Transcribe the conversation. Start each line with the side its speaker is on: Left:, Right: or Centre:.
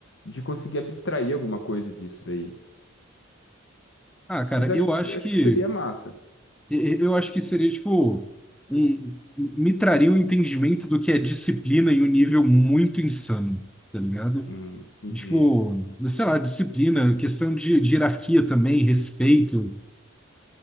Left: de conseguir abstrair alguma coisa disso daí.
Centre: Ah, cara,
Left: Mas eu
Centre: eu
Left: acho que,
Centre: acho
Left: eu acho
Centre: que
Left: que seria massa.
Centre: e- eu acho que seria, tipo, um, me traria um entendimento do que é disciplina em um nível muito insano, tá ligado?
Left: Hum, entendi.
Centre: Tipo, sei lá, disciplina, questão de, de hierarquia também, respeito